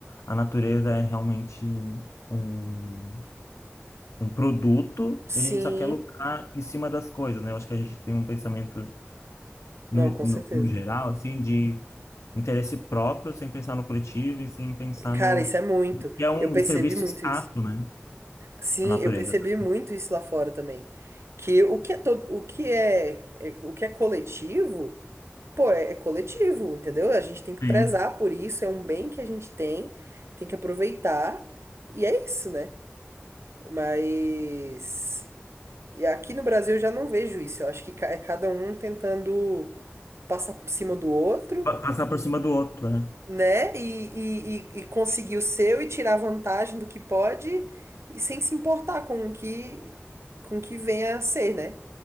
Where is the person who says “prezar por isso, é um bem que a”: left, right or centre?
Right